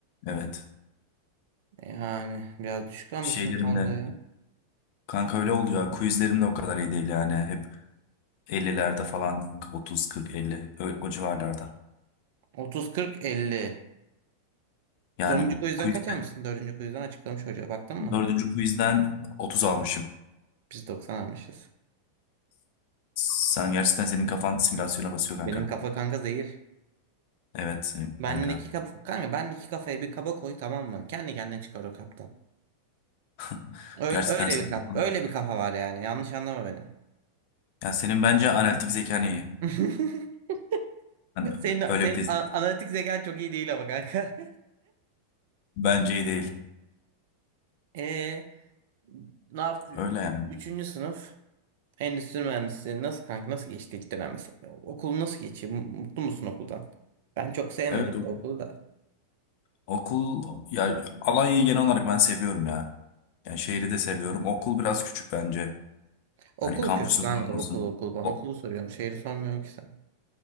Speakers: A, on the left; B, on the right.
A: Evet.
B: Yani biraz düşük almışsın
A: Şeylerimde
B: karda ya.
A: kanka öyle oluyor. Quizlerim de o kadar iyi değil yani. Hep 50'lerde falan 30 40 50 ö- o civarlarda.
B: 30, 40, 50.
A: Yani
B: Sonuncu quizden
A: quizden,
B: kaç almışsın? Dördüncü quizden açıklamış hoca. Baktın mı?
A: dördüncü quizden 30 almışım.
B: Biz 90 almışız.
A: Sen gerçekten senin kafan simülasyona basıyor kanka.
B: Benim kafa kanka zehir.
A: Evet senin kanka.
B: Bendeki kafa kanka bendeki kafaya bir kaba koy tamam mı? Kendi kendine çıkar o kaptan.
A: <laughs>
B: Öyle
A: Gerçekten
B: öyle
A: senin
B: bir kap
A: kafan.
B: öyle bir kafa var yani. Yanlış anlama beni.
A: Yani senin bence analitik zekan iyi.
B: <laughs>
A: Yani
B: Ya Senin
A: öyle
B: senin
A: bir test.
B: a- analitik zekan çok iyi değil ama kanka.
A: Bence iyi değil.
B: <laughs> Ee, ne yap?
A: Öyle yani.
B: Üçüncü sınıf endüstri mühendisliği nasıl kanka nasıl geçti ilk dönem mesela? Okul nasıl geçiyor? Mutlu musun okuldan? Ben çok sevmedim
A: Evet o-
B: bu okulu da.
A: okul ya Alanya'yı genel olarak ben seviyorum ya. Yani şehri de seviyorum. Okul biraz küçük bence.
B: Okul
A: Hani kampüsü
B: kötü kanka
A: falan
B: okul
A: olsun.
B: okul. Ben
A: O,
B: okulu soruyorum. Şehri sormuyorum ki sen.